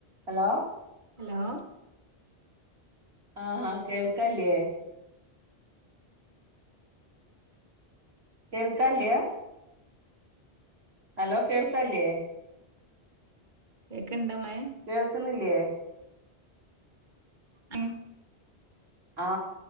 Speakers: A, on the right; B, on the right.
A: ഹലോ
B: ഹലോ
A: ആഹ് ഹ കേൾക്കല്ലേ കേൾക്കല്യാ ഹലോ കേൾക്കല്ലേ
B: കേക്കണിണ്ട് <unintelligible>
A: കേൾക്കുന്നില്ലേ
B: ഉം
A: ആ